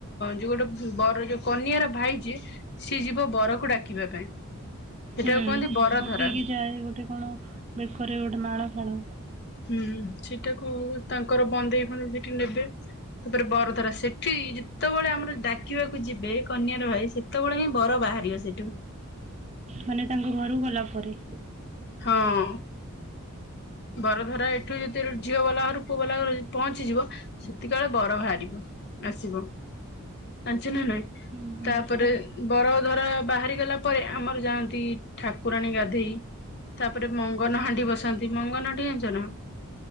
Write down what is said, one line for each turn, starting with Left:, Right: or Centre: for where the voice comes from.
Left: ଯୋଉ ଗୋଟେ ବର ଯୋଉ କନିଆର ଭାଇ ଯିଏ ସିଏ ଯିବ ବରକୁ ଡାକିବା ପାଇଁ। ସେଟାକୁ
Right: ହୁଁ
Left: କୁହନ୍ତି ବରଧରା
Right: ପକେଇକି ଯାଏ ଗୋଟେ କଣ ବେକରେ ଗୋଟେ ମାଳ ଫାଳ।
Left: ହୁଁ ସେଇଟାକୁ ତାଙ୍କର ବନ୍ଦେଇ ଫନ୍ଦେଇ ସେଠି ନେବେ ତାପରେ ବରଧରା ସେଠି ଯେତେବେଳେ ଆମର ଡାକିବାକୁ ଯିବେ କନ୍ୟାର ଭାଇ ସେତେବେଳେ ହିଁ ବର ବାହାରିବ ସେଠୁ।
Right: ମାନେ ତାଙ୍କ ଘରୁକୁ ଗଲା ପରେ।
Left: ହଁ। ବର ଧରା ଏଠୁ ଯଦି ଝିଅ ବାଲାଘର ପୁଅ ବାଲାଘରୁ ପହଞ୍ଚିଯିବ ସେତିକଳେ ବର ବାହାରିବ। ଆସିବ ଜାଣିଛ ନା ନାହିଁ?
Right: ହୁଁ ହୁଁ
Left: ତାପରେ ବର ଧରା ବାହାରି ଗଲା ପରେ ଆମର ଯାଆନ୍ତି ଠାକୁରାଣୀ ଗାଧେଇ ତାପରେ ମଙ୍ଗନ ହାଣ୍ଡି ବସାନ୍ତି। ମଙ୍ଗନ ଟି ଯାଣିଚନା